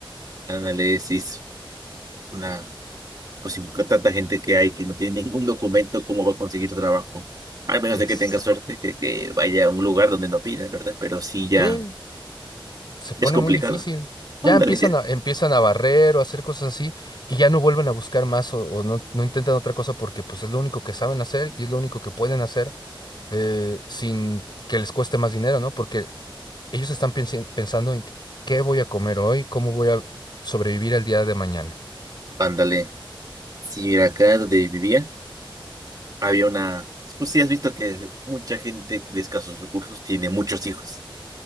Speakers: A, on the right; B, on the left.
A: análisis, una, pues si busca tanta gente que hay que no tiene ningún documento, ¿cómo va a conseguir trabajo? Al menos
B: Exacto.
A: de que tenga suerte, que, que vaya a un lugar donde no piden, ¿verdad? Pero sí ya
B: Sí, se pone
A: es complicado.
B: muy difícil. Ya
A: Ándale,
B: empiezan a, empiezan a barrer o a hacer cosas así y ya no vuelven a buscar más o, o no, no intentan otra cosa porque pues es lo único que saben hacer y es lo único que pueden hacer eh, sin que les cueste más dinero, ¿no? Porque ellos están piensi- pensando en qué voy a comer hoy, cómo voy a sobrevivir el día de mañana.
A: <laughs> ándale. Si mira, acá donde vivía, había una, pues sí has visto que mucha gente de escasos recursos tiene muchos hijos.